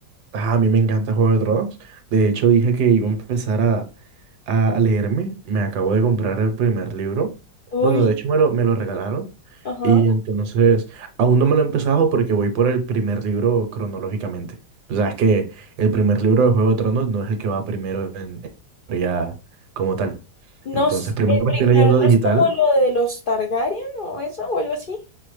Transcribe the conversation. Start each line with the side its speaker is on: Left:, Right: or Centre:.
Right: Ah, a mí me encanta Juego de Tronos. De hecho, dije que iba a empezar a, a leerme. Me acabo de comprar el primer libro.
Left: Uy,
Right: Bueno, de hecho me lo, me lo regalaron.
Left: ajá.
Right: Y entonces, aún no me lo he empezado porque voy por el primer libro cronológicamente. O sea, es que el primer libro de Juego de Tronos no es el que va primero en en historia como tal.
Left: No
Right: Entonces,
Left: sé,
Right: primero
Left: el
Right: me
Left: primero
Right: estoy leyendo
Left: no
Right: digital.
Left: es como lo de los Targaryen o eso, o algo así,